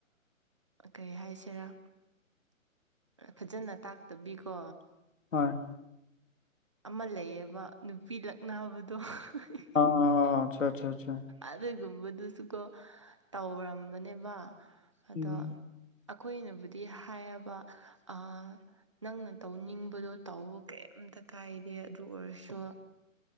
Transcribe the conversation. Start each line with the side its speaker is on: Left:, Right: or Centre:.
Right: ꯑ ꯀꯩ ꯍꯥꯏꯁꯦꯔꯥ ꯐꯖꯅ ꯇꯥꯛꯇꯕꯤꯀꯣ꯫
Left: ꯍꯣꯏ꯫
Right: ꯑꯃ ꯂꯩꯌꯦꯕ ꯅꯨꯄꯤ ꯂꯛꯅꯕꯗꯣ <unintelligible>
Left: ꯑ-ꯑ-ꯑ-ꯑ ꯑꯆ-ꯆ-ꯆ꯫
Right: ꯑꯗꯨꯒꯨꯝꯕꯗꯨꯁꯨꯀꯣ ꯇꯧꯔꯝꯕꯅꯦꯕ ꯑꯗꯣ꯫
Left: ꯎꯝ
Right: ꯑꯩꯈꯣꯏꯅꯕꯨꯗꯤ ꯍꯥꯏꯌꯦꯕ ꯑ ꯅꯪꯅ ꯇꯧꯅꯤꯡꯕꯗꯣ ꯇꯧꯕ ꯀꯩꯝꯇ ꯀꯥꯏꯗꯦ ꯑꯗꯨ ꯑꯣꯏꯔꯁꯨ